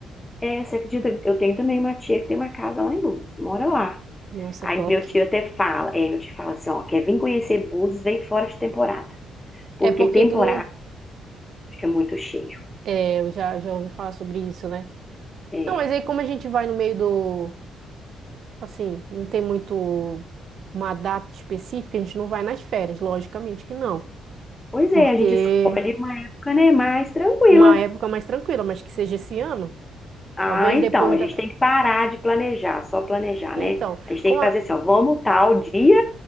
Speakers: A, on the left; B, on the right.
A: É, você acredita que eu tenho também uma tia que tem uma casa lá em Búzios, mora lá.
B: Nossa,
A: Aí
B: top.
A: meu tio até fala, é, meu tio fala assim, ó, quer vir conhecer Búzios, vem fora de temporada, porque
B: É porque
A: temporada
B: tu não,
A: fica muito cheio.
B: é, eu já já ouvi falar sobre isso, né?
A: É.
B: Não, mas aí como a gente vai no meio do, assim, não tem muito uma data específica, a gente não vai nas férias, logicamente que não,
A: Pois
B: porque
A: é, a gente escolhe uma época, né, mais tranquila.
B: uma época mais tranquila, mas que seja esse ano.
A: Ah,
B: Talvez
A: então,
B: depois
A: a
B: da.
A: gente tem que parar de planejar, só planejar,
B: Então,
A: né? A gente
B: como
A: tem que fazer
B: a...
A: assim, ó, vamos tal dia,